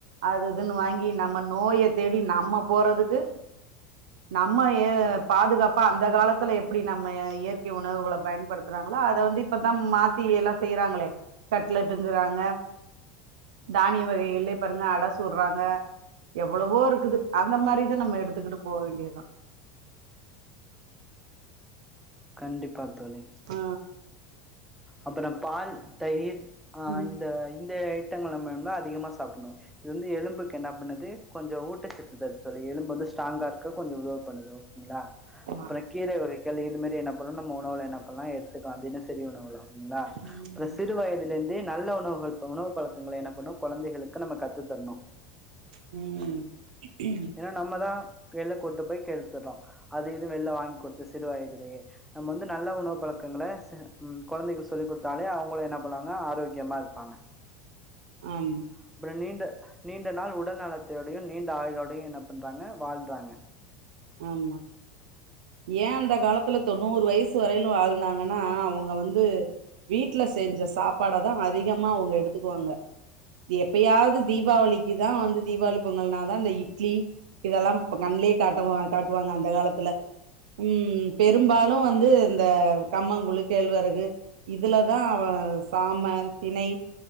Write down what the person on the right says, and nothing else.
அது இதுன்னு வாங்கி நம்ம நோய தேடி நம்ம போறதுக்கு நம்ம ஏ பாதுகாப்பா அந்த காலத்துல எப்டி நம்ம இயற்கை உணவுகள பயன் படுத்துறாங்களா அத வந்து இப்பதா மாத்தி எல்லா செய்றாங்களே கட்லட்டுங்குறாங்க தானிய வகைகள்லே பாருங்க அட சுட்ராங்க எவ்வளவோ இருக்குது அந்த மாரித நம்ம எடுத்துக்கிட்டு போ வேண்டியதா
அ
ம்,
ஆமா.
ம்,
ம் ம்
ஆமா
ஆமா ஏன் அந்த காலத்துல தொண்ணூறு வயசு வரையிலு வாழ்ந்தாங்கன்னா அவங்க வந்து வீட்டு்ல செஞ்ச சாப்பாட தா அதிகமா அவங்க எடுத்துக்குவாங்க எப்பயாவது தீபாவளிக்குதா வந்து தீபாவளி பொங்கல்னாதா இந்த இட்லி இதெல்லா இப் கண்லேயே காட்டமா காட்டுவாங்க அந்த காலத்துல ம் பெரும்பாலு வந்து இந்த கம்மங்கூழு கேழ்வரகு இதுலதா அவ சாம திணை